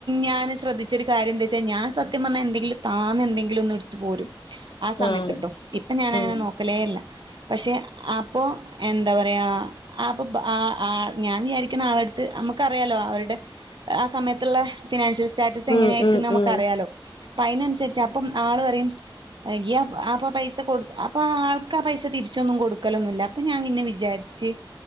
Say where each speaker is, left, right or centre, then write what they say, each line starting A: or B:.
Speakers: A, on the right (about 60°); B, on the left (about 65°).
A: ഞാൻ ശ്രദ്ധിച്ചൊരു കാര്യം എന്താച്ചാ ഞാൻ- സത്യം പറഞ്ഞാൽ എന്തങ്കിലും താന്നെ എന്തെങ്കിലും ഒന്ന് എടുത്ത് പോരും ആ സമയത്ത്ട്ടോ
B: ആഹ്
A: ഇ- ഞാനങ്ങനെ
B: ഉം
A: നോക്കലേല്ല പഷേ അപ്പൊ എന്താ പറയാ അപ്പൊ ഞാൻ വിചാരിക്കണ ആൾടെടുത്ത് നമുക്ക് അറിയാലോ അവരുടെ ആ സമയത്തുള്ള ഫിനാൻഷ്യസ്- സ്റ്റാറ്റസ് എങ്ങനെയായിരിക്കുംന്ന്
B: ഉം ഉം
A: നമുക്ക്
B: ഉം
A: അറിയാലോ അപ്പൊ അതിനനുസരിച്ച് അപ്പം ആള് പറയും <inaudible> അപ്പ പൈസ കൊടു- അപ്പ ആൾക്ക് ആ പൈസ തിരിച്ചൊന്നും കൊടുക്കലൊന്നുല്ല പ്പ ഞാൻ പിന്നെ വിചാരിച്ച്